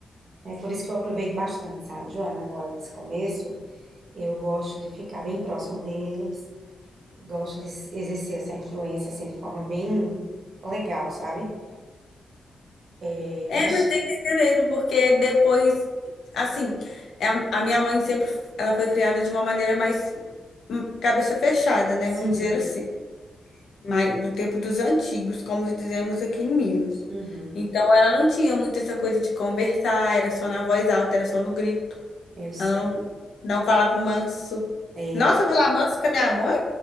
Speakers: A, on the right; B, on the left.
A: É por isso que eu aproveito bastante, sabe, Joana? Agora, nesse começo, eu gosto de ficar bem próximo deles, gosto de exercer essa influência, assim, de forma bem legal, sabe? É,
B: É,
A: mas,
B: mas tem que ser mesmo, porque depois, assim, é a, a minha mãe sempre, ela foi criada de uma maneira mais hum, cabeça fechada, né?
A: sim,
B: Vamos dizer assim, mais do tempo dos antigos, como dizemos aqui em Minas.
A: uhum,
B: Então, ela não tinha muito essa coisa de conversar, era só na voz alta, era só no grito.
A: eu sei.
B: Ela não, não falava manso.
A: É.
B: Nossa, falar manso com a minha mãe?